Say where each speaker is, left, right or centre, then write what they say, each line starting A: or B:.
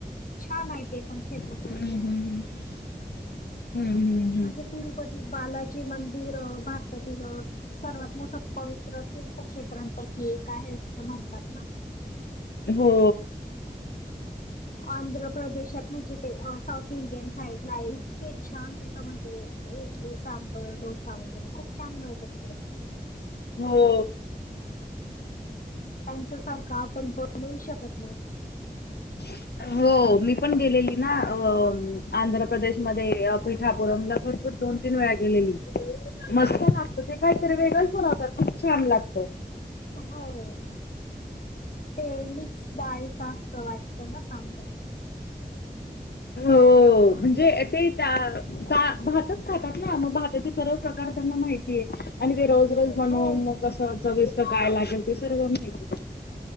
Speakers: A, on the left; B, on the left.
A: छान आहे ते पण
B: हम-हम-हम-हम-हम.
A: फिरण्यासारखं म्हणजे तिरुपती बालाजी जी मंदिर अ भारतातील अ सर्वात मोठं पवित्र तीर्थक्षेत्र त्रान पैकी एक आहे असं म्हणतात ना?
B: हो.
A: आंध्र प्रदेशात म्हणजे ते साऊथ इंडियन साइडला इतके छान तिथं म्हण जे इडली, सांबर, डोसा वगैरे खूप छान मिळतं तिकडे
B: हो.
A: त्यांच्या सारखं आपण बनवू शकत नाई.
B: हो. मी पण गेलेली ना अ म आंध्र प्रदेशमध्ये अ पीठापुरमला भरपूर दोन-तीन वेळा गेलेली मस्त लाग ते काहीतरी वेगळंच बनवतात. खूप छान लागतो.
A: हो. ते मिक्स डाळीचं असतं वाटतं ना सांबर
B: हो, म्हणजे अ ते दा दा भातच खातात ना. मग भाताचे सर्व प्रकार त्यांना माहितीये आणि ते रोज रोज बनवून
A: हो
B: मग कसं चविष्ट काय लागेल? ते सर्वं माहितिये